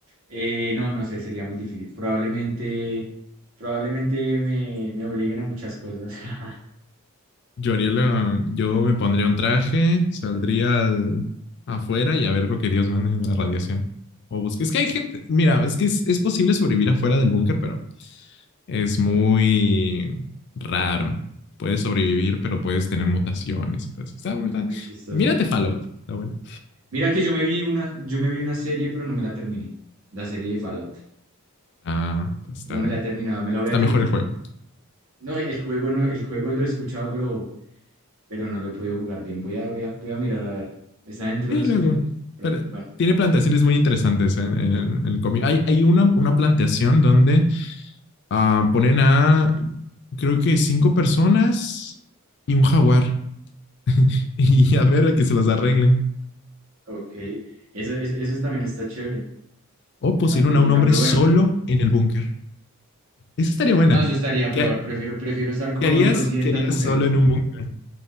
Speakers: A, on the right; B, on the left.
A: Eh, no, no sé, sería muy difícil. Probablemente, probablemente me, me obliguen a muchas cosas. <laughs>
B: Yo haría la- yo me pondría un traje, saldría al- afuera y a ver lo que Dios manda de la radiación. O busque. Es que hay gente, mira, es que es, es posible sobrevivir afuera del búnker, pero es muy raro. Puedes sobrevivir, pero puedes tener mutaciones. Entonces, está, muy- está-
A: Muy chistoso,
B: mírate
A: ¿no?
B: Fallout, está bueno.
A: Mira que yo me vi una, yo me vi una serie, pero no me la terminé. La serie de Fallout.
B: Ah, pues está
A: No
B: bien.
A: me la he terminado, me la voy
B: Está
A: a terminar.
B: mejor el juego.
A: No, el juego no, el juego lo he escuchado, pero, pero no lo he podido jugar bien. Voy a, voy a, voy a mirar a ver. Está dentro
B: Sí,
A: de los
B: luego.
A: que tenemos que comprar.
B: Pero
A: Bueno,
B: tiene plantaciones muy interesantes en, en el, en el cómic. Hay, hay una, una plantación donde ah, ponen a creo que cinco personas y un jaguar. <laughs> Y a ver a que se las arreglen.
A: ok. Eso, eso, eso también está chévere,
B: O
A: esa
B: pusieron
A: pregunta.
B: a un hombre
A: Pero
B: solo
A: bueno,
B: en el búnker. Esa estaría buena.
A: no, eso estaría
B: ¿Qué,
A: peor. Prefiero, prefiero estar con
B: qué harías?
A: 200
B: ¿Qué harías
A: mujeres.
B: solo en un búnker?